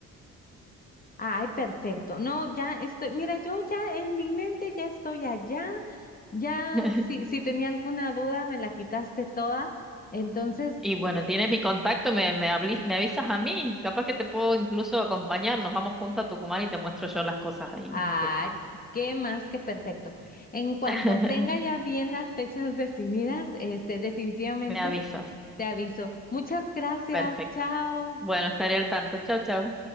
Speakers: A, on the left; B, in the centre.
A: Ay, perfecto. No, ya estoy, mira, yo ya en mi mente ya estoy allá, ya
B: <laughs>
A: si, si tenía alguna duda me la quitaste toda. Entonces,
B: Y bueno, tienes mi contacto, me, me, habli- me avisas a mí. Capaz que te puedo incluso acompañar. Nos vamos juntos a Tucumán y te muestro yo las cosas ahí
A: Ah,
B: en Tucumán.
A: qué más que perfecto. En cuanto
B: <laughs>
A: tenga ya bien las fechas definidas, este, definitivamente
B: Me avisas.
A: te aviso. Muchas gracias.
B: Perfecto.
A: Chao.
B: Bueno, estaré al tanto. Chau, chau.